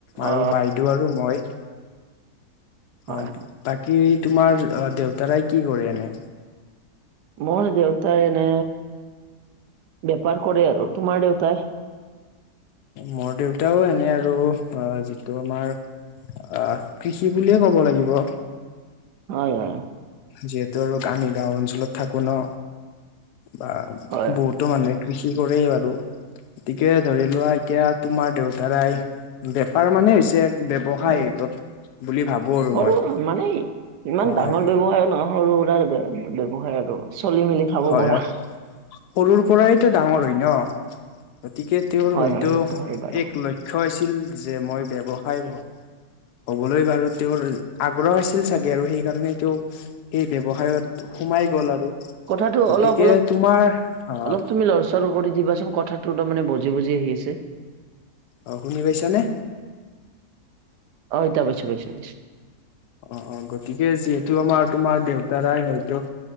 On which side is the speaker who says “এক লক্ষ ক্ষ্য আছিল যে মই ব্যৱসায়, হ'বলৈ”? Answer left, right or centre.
Left